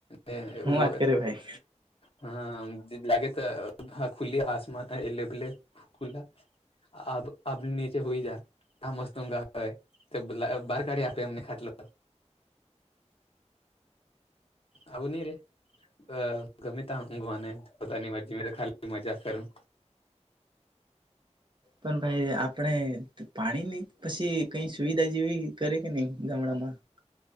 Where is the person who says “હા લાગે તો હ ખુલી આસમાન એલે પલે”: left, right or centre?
Left